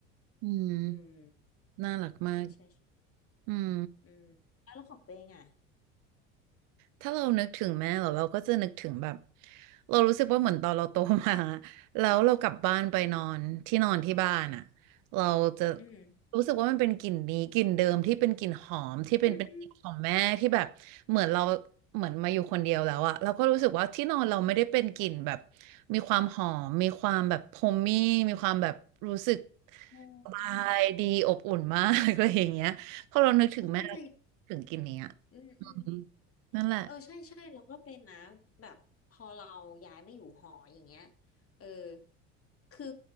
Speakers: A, on the right (about 55°); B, on the left (about 35°).
A: อืม
B: อืม
A: น่ารักมาก
B: ใช่ใช่ใช่
A: อืม
B: อืมแล้วของตัวเองอ่ะ
A: ถ้าเรานึกถึงแม่เราเราก็จะนึกถึงแบบเรารู้สึกว่าเหมือนตอนเราโตมา <laughs> แล้วเรากลับบ้านไปนอนที่นอนที่บ้านอ่ะเราจะ
B: อืม
A: รู้สึกว่ามันเป็นกลิ่นนี้กลิ่นเดิมที่เป็นกลิ่นหอมที่เป็นเป็นกลิ่นของแม่ที่แบบเหมือนเรา
B: อืมอืม
A: เหมือนมาอยู่คนเดียวแล้วอะเราก็รู้สึกว่าที่นอนเราไม่ได้เป็นกลิ่นแบบมีความหอมมีความแบบโฮมมี่มีความแบบรู้สึก
B: อ๋อ
A: สบายดีอบอุ่นมาก <laughs> อะไรอย่างเงี้ยพอเรานึกถึงแม่
B: เเข้าใจ
A: ถึงกลิ่นเนี้ย
B: อืมอืม
A: อืมนั่นแหละ
B: เออใช่ใช่เราก็เป็นนะแบบพอเราย้ายมาอยู่หออย่างเงี้ยเออคือ